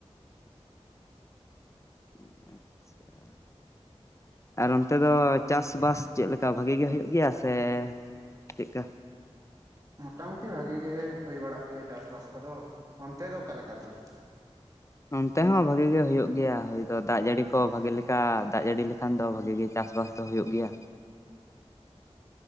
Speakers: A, on the left; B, on the right.
A: <unintelligible> ᱟᱨ ᱚᱱᱛᱮ ᱫᱚ ᱪᱟᱥ ᱵᱟᱥ ᱪᱮᱫ ᱞᱮᱠᱟ ᱵᱷᱟᱜᱮ ᱜᱮ ᱦᱩᱭᱩᱜ ᱜᱮᱭᱟ ᱥᱮ ᱪᱮᱫᱠᱟ᱾
B: ᱢᱚᱴᱟ ᱢᱩᱴᱤ ᱵᱷᱟᱜᱮ ᱜᱮ ᱦᱩᱭ ᱵᱟᱲᱟᱜ ᱜᱮᱭᱟ ᱪᱟᱥ ᱵᱟᱥ ᱠᱚᱫᱚ ᱚᱱᱛᱮ ᱫᱚ ᱚᱠᱟᱞᱮᱠᱟ ᱛᱟᱞᱮ᱾
A: ᱚᱱᱛᱮ ᱦᱚᱸ ᱵᱷᱟᱜᱮ ᱜᱮ ᱦᱩᱭᱩᱜ ᱜᱮᱭᱟ ᱦᱩᱭ ᱫᱚ ᱫᱟᱜ ᱡᱟᱹᱲᱤ ᱠᱚ ᱵᱷᱟᱜᱮ ᱞᱮᱠᱟ ᱫᱟᱜ ᱡᱟᱹᱲᱤ ᱞᱮᱠᱷᱟᱱ ᱫᱚ ᱵᱷᱟᱜᱤ ᱜᱮ ᱪᱟᱥᱵᱟᱥ ᱫᱚ ᱦᱩᱭᱩᱜ ᱜᱮᱭᱟ᱾